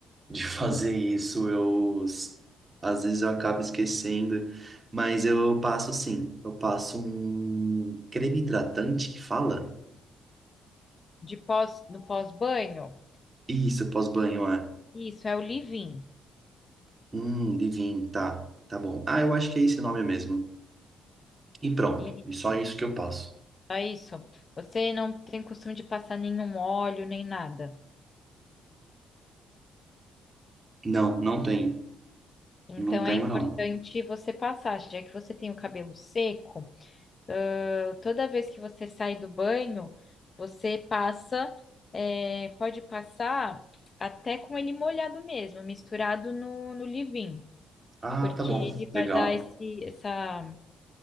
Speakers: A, on the right (about 25°); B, on the left (about 35°).
A: de fazer isso. Eu s- às vezes eu acabo esquecendo, mas eu passo sim. Eu passo um creme hidratante que fala?
B: De pós, no pós-banho?
A: Isso, pós-banho, é.
B: Isso, é o leave-in.
A: Hum, divino, tá. Tá bom. Ah, eu acho que é esse nome mesmo. E pronto.
B: E-
A: E só isso que eu passo.
B: É isso. Você não tem costume de passar nenhum óleo nem nada.
A: Não, não tenho.
B: Então
A: Não tenho,
B: é importante
A: não.
B: você passar, já que você tem o cabelo seco. Ah, toda vez que você sai do banho, você passa, é, pode passar até com ele molhado mesmo, misturado no, no leave-in,
A: Ah,
B: porque
A: tá bom.
B: ele
A: Legal.
B: vai dar esse, essa,